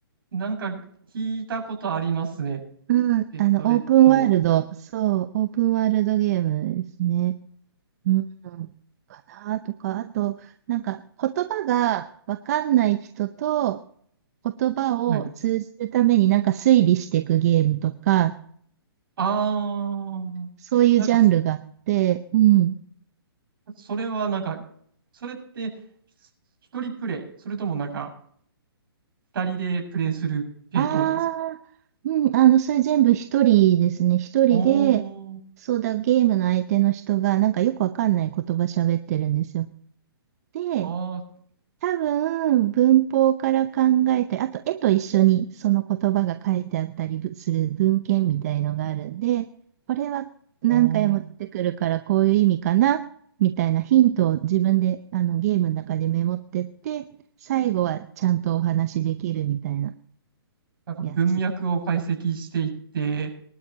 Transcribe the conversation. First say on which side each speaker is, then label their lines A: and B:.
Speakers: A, on the right; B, on the right.
A: なんか聞いたことありますね。
B: うん、
A: レッド、
B: あの、オープンワールド、
A: レッド。
B: そう、オープンワールドゲームですね。うん、かなとか、あと、なんか、言葉がわかんない人と、言葉を通じるためになんか推理していくゲームとか、
A: はい。あー、
B: そういうジャンルがあって、
A: なんかふ、
B: うん。
A: それはなんか、それって、ひ一人プレイ、それともなんか、二人でプレイする系統なんですか
B: ああ、うん、あの、それ全部一人ですね。一人で、
A: おー、
B: そうだ、ゲームの相手の人が、なんかよくわかんない言葉喋ってるんですよ。で、
A: あー、
B: 多分、文法から考えたり、あと絵と一緒にその言葉が書いてあったりする文献みたいのがあるんで、これは何回も出てくるからこういう意味かな、
A: おー。
B: みたいなヒントを自分であのゲームの中でメモってって、最後はちゃんとお話しできるみたいな
A: なんか文脈を解析していって、
B: やつ。